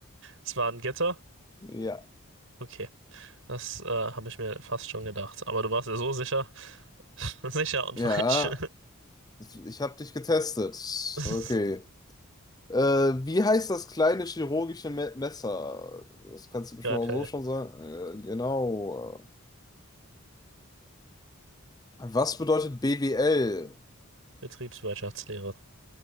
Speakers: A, on the right; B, on the left.
A: es war ein Gitter?
B: Ja,
A: Okay, das äh, habe ich mir fast schon gedacht. Aber du warst ja so sicher. <laughs> Sicher und
B: ja,
A: falsch.
B: ich ich habe dich getestet.
A: <laughs>
B: Okay. Äh, wie heißt das kleine chirurgische Me Messer? Das kannst
A: Skalpell,
B: du bestimmt auch so schon sagen. Äh, genau. Was bedeutet BWL?
A: Betriebswirtschaftslehre.